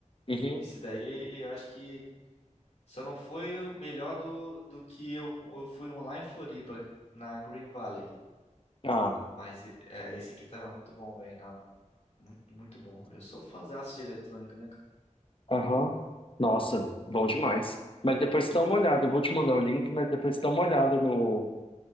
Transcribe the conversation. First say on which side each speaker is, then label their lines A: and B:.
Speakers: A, on the left (about 45°); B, on the left (about 60°).
A: Uhum.
B: Esse daí, eu acho que só não foi o melhor do, do que eu, eu fui um lá em Floripa, na Green Valley.
A: Ah,
B: Mas é, esse aqui tava muito bom, velho. na- Muito, muito bom. Eu sou fãzaço de eletrônica, né, cara?
A: aham. Nossa, bom demais. Mas depois você dá uma olhada. Eu vou te mandar o link, mas depois você dá uma olhada no,